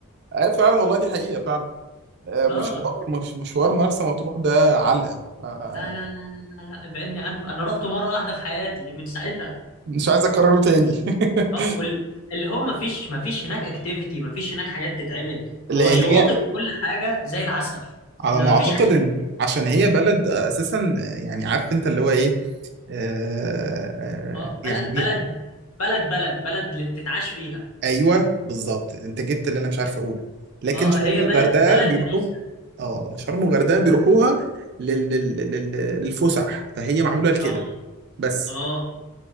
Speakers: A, on the right; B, on the left.
A: آه، فعلا والله دي حقيقة فعلا آه،
B: اه
A: مشوار مش مشوار مرسى مطروح ده علقة آه، آه،
B: لا لا لا لا لا لا ابعدني عنه انا رحت مره واحده في حياتي من ساعتها
A: آه، مش عايز اكرره تاني <laughs>
B: اه وال... اللي هو ما فيش ما فيش هناك اكتيفيتي ما فيش هناك حاجات تتعمل
A: لان
B: هو شواطئ
A: هي
B: وكل حاجه زي العسل
A: على
B: ان
A: ما
B: ما
A: اعتقد
B: فيش حاجه بالليل
A: ان عشان هي بلد اساسا آه، يعني عارف انت اللي هو ايه آه
B: اه
A: آه،
B: بلد
A: يعني
B: بلد بلد بلد بلد ل- تتعاش فيها
A: ايوه بالظبط انت جبت اللي انا مش عارف اقوله لكن
B: اه
A: شرم
B: هي
A: والغردقه
B: بلد بلد
A: بيروحوا
B: لناسها
A: اه شرم والغردقه بيروحوها لل... لل... لل... للفسح فهي معموله لكده
B: اه
A: بس
B: اه